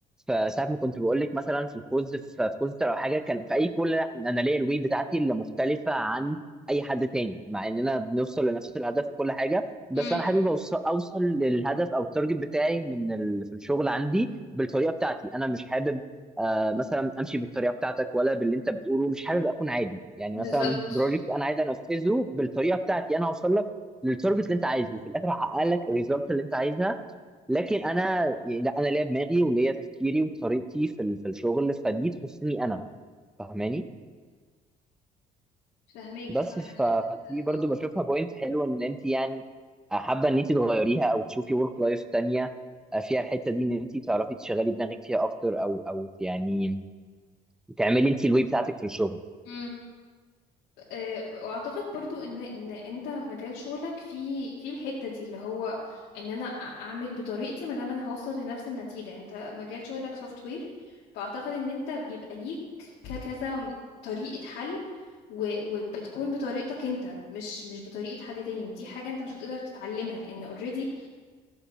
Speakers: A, in the centre; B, on the left.
A: في ساعه ما كنت بقول لك مثلا في الكوز في في كوز او حاجه كان في اي كول لا انا ليا الوي بتاعتي اللي مختلفه عن اي حد تاني مع اننا بنوصل لنفس الهدف وكل حاجه بس
B: امم
A: انا حابب أوص- اوصل للهدف او التارجت بتاعي من ال... في الشغل عندي بالطريقه بتاعتي انا مش حابب آه مثلا امشي بالطريقه بتاعتك ولا باللي انت بتقوله مش حابب اكون عادي يعني
B: بالظبط
A: مثلا بروجكت انا عايز انفذه بالطريقه بتاعتي انا هوصل لك للتارجت اللي انت عايزه في الاخر هحقق لك الريزلت اللي انت عايزها لكن انا يعني لا انا ليا دماغي وليا تفكيري وطريقتي في ال... في الشغل فدي تخصني انا فاهماني
B: فاهميك
A: بس
B: علشان
A: ف... فدي
B: كده
A: برضو
B: اه
A: بشوفها بوينت حلوه ان انت يعني حابه ان انت تغيريها او تشوفي ورك لايف تانية آه، فيها الحته دي ان انت تعرفي تشغلي دماغك فيها اكتر او او يعني تعملي انت الواي بتاعتك في الشغل
B: مم. آه، واعتقد برضو ان ان انت مجال شغلك في في الحتة دي اللي هو ان انا أ- اعمل بطريقتي ما دام انا هوصل لنفس النتيجة انت مجال شغلك سوفت وير فاعتقد ان انت بيبقى ليك ك- كذا طريقة حل و- وبتكون بطريقتك انت مش مش بطريقة حد تاني ودي حاجة انت مش هتقدر تتعلمها لان اوريدي